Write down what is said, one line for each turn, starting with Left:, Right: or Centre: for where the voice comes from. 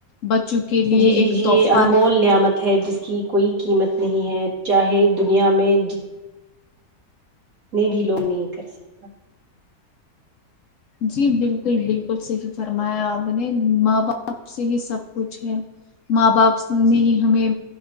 Left: بچوں کے لیے
Right: جی جی
Left: ایک
Right: جی
Left: تحفہ
Right: یہ انمول
Left: ہے
Right: نعمت ہے جس کی کوئی قیمت نہیں ہیں چاہے دنیا میں جتنے اتنے بھی لوگ نہیں کر سکتے
Left: جی بالکل بالکل صحیح فرمایا آپ نے ماں باپ سے ہی سب کچھ ہے ماں باپ نے ہی ہمیں